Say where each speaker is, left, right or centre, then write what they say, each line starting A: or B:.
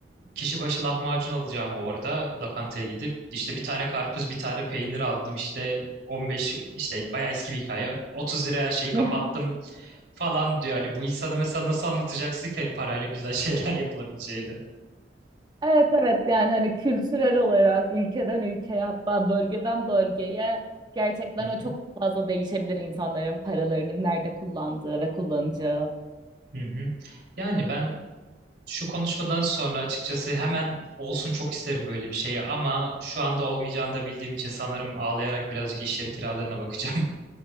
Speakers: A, on the right; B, on the right.
A: kişi başı lahmacun alacağımı orada lokantaya gidip işte bir tane karpuz bir tane peynir aldım işte 15 işte bayağı eski bir hikaye. otuz liraya her şeyi kapattım
B: <laughs>
A: falan diyor. Hani bu insana mesela nasıl anlatacaksın ki hani parayla güzel şeyler <laughs> yapılabileceğini?
B: Evet evet yani hani kültürel olarak ülkeden ülkeye hatta bölgeden bölgeye gerçekten
A: Hı hı,
B: o çok fazla değişebilir insanların paralarının nerede kullandığı ve kullanacağı.
A: hı hı. Yani ben şu konuşmadan sonra açıkçası hemen olsun çok isterim böyle bir şey ama şu anda olmayacağını da bildiğim için sanırım ağlayarak birazcık iş yeri kiralarına bakacağım.